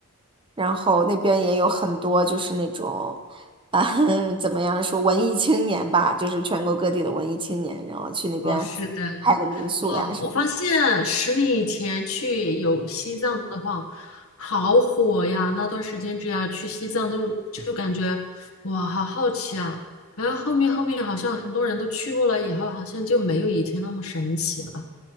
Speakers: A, on the right (about 25°); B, on the left (about 75°).
A: 然后那边也有很多就是那种啊 <laughs> 怎么样说文艺青年吧，就是全国各地的文艺青年，然后去那边
B: 哦，是的，
A: 开个民宿呀什么的。
B: 哇，我发现十年以前去有西藏的话，好火呀！那段时间只要去西藏都就感觉哇，好好奇啊。然后后面后面好像很多人都去过了以后，好像就没有以前那么神奇了。